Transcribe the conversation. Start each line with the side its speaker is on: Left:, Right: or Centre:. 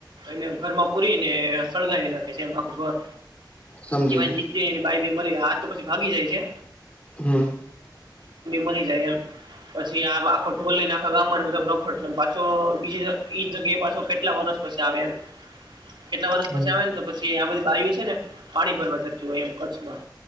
Right: એને ઘરમાં પૂરીને સળગાવી નાખે છે, એમ આખું ઘર.
Left: સમજી
Right: એ
Left: ગયો
Right: દિકળી બાઈ બે મરી આતો પછી ભાગી જાય છે,
Left: હમ
Right: મરી જાય એમ પછી આ આખ ઢોલ લઈને. સલામત બધુખડ પાછો બીજીએ જગ્યાએ પાછો કેટલા વર્સ પછી આવે એમ, કેટલા વર્ષ
Left: હમ
Right: પછી આવે નેતો પછી આ બધી બાયુ છે, ને પાણી ભરવા થતી હોય એમ. કચ્છમાં